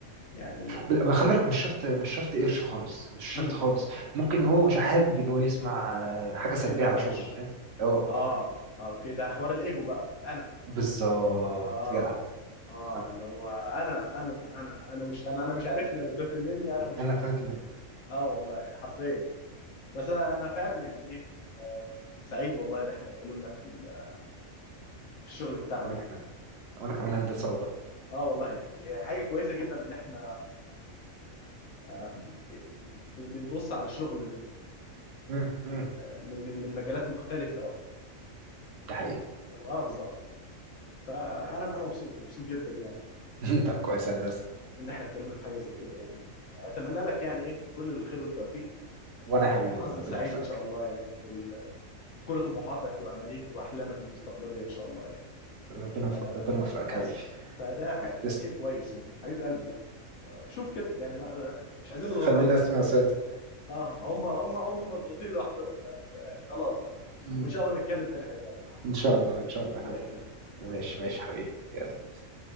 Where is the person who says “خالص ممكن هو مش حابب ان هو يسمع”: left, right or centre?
Right